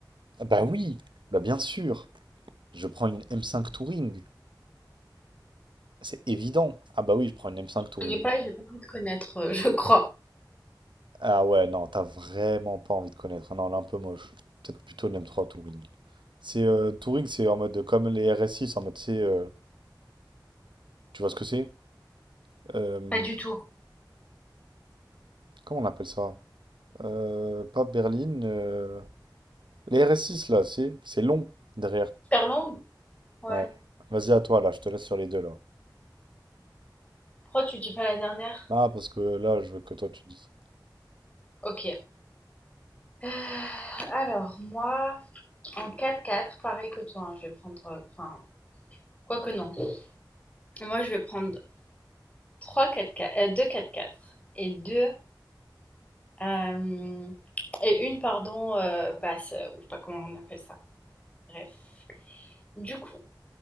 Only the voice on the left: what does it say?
Je connais pas, j'ai pas envie de connaître, euh, je crois.
Pas du tout.
Super longue? Ouais.
Pourquoi tu dis pas la dernière?
Ok. Euh, alors, moi, en 4-4, pareil que toi, hein, je vais prendre. euh, Enfin, quoi que non. Moi, je vais prendre 3 4-4, euh, 2 4-4 et 2 euh, et une, pardon, euh, basse, euh, ou je sais pas comment on appelle ça. Bref. Du coup,